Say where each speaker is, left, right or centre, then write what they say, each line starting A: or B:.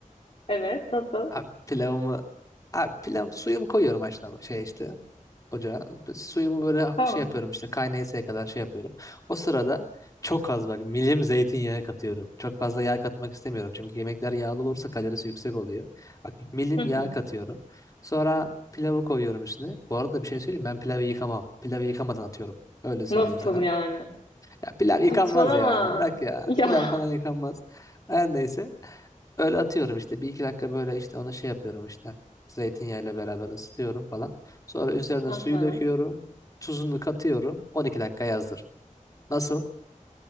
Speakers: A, on the left; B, on the left.
A: evet nasıl?
B: Abi pilavımı abi pilav suyumu koyuyorum haşlama şey işte ocağa. Suyumu böyle
A: Tamam.
B: şey yapıyorum işte kaynayasıya kadar şey yapıyorum. O sırada çok az bak milim zeytinyağı katıyorum. Çok fazla yağ katmak istemiyorum. Çünkü yemekler yağlı olursa kalorisi yüksek oluyor. Bak milim
A: Hı hı.
B: yağ katıyorum. Sonra pilavı koyuyorum üstüne. Bu arada bir şey söyleyeyim ben pilavı yıkamam. Pilavı yıkamadan atıyorum. Öyle söyleyeyim
A: Nasıl
B: sana.
A: yani?
B: Ya pilav yıkanmaz
A: Saçmalama.
B: ya. Bırak ya.
A: Ya.
B: Pilav falan yıkanmaz. Her neyse. Öyle atıyorum işte. Bir iki dakika böyle işte onu şey yapıyorum işte. Zeytinyağıyla beraber ısıtıyorum falan. Sonra üzerine
A: Aha.
B: suyu döküyorum. Tuzunu katıyorum. 12 dakika yazdır. Nasıl?